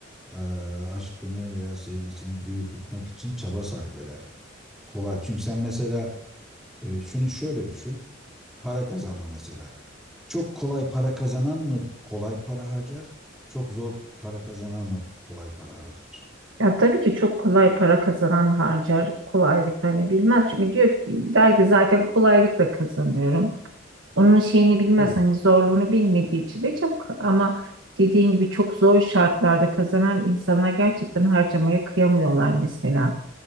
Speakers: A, in the centre; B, on the right.
A: Eee, aşkını veya sevgisini diri tutmak için çaba sarf eder. Kolay. Çünkü sen mesela e, şunu şöyle düşün. Para kazanma mesela. Çok kolay para kazanan mı kolay para harcar? Çok zor para kazanan mı kolay para harcar?
B: Ya tabii ki çok kolay para kazanan harcar kolaylıkla hani bilmez. Çünkü diyor ki der ki zaten kolaylıkla kazanıyorum. onun şeyini bilmez
A: Tabii.
B: hani zorluğunu bilmediği için de çok ama dediğin gibi çok zor şartlarda kazanan insanlar gerçekten harcamaya kıyamıyorlar mesela.